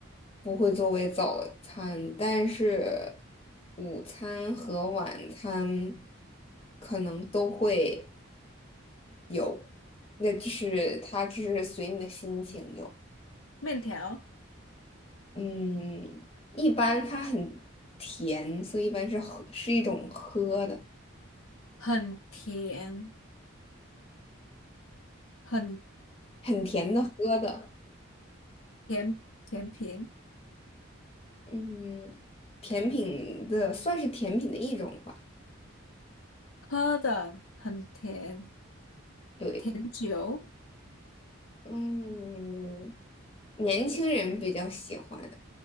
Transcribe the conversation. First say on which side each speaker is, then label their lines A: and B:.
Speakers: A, on the left; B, on the left.
A: 不会作为早餐，但是午餐和晚餐可能都会有。那就是它，就是随你的心情有。
B: 面条，
A: 嗯，一般它很甜，所以一般是喝，是一种喝的，
B: 很甜，很
A: 很甜的喝的。
B: 甜甜品。
A: 嗯，甜品的算是甜品的一种吧。
B: 喝的很甜，
A: 对，
B: 甜酒、
A: 嗯，年轻人比较喜欢。